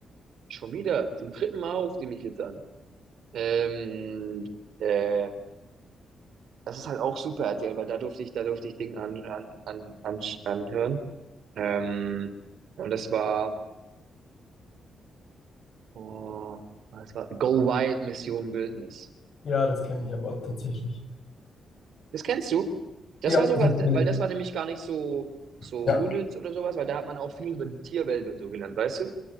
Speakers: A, on the right; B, on the left.
A: Schon wieder. Zum dritten Mal ruft die mich jetzt an. Ähm, äh, das ist halt auch super RTL, weil da durfte ich, da durfte ich Dinge an, an, an, an, anhören. Ähm, und das war. Oh, was war? Go Wild Mission Wildnis.
B: Ja, das kenne ich aber tatsächlich.
A: Das kennst du? Das
B: Ja,
A: war sogar,
B: Das kenne
A: weil
B: ich.
A: das war nämlich gar nicht so, so
B: Ja,
A: unnütz
B: auf
A: oder sowas, weil da hat man auch viel über die Tierwelt und so gelernt, weißt du?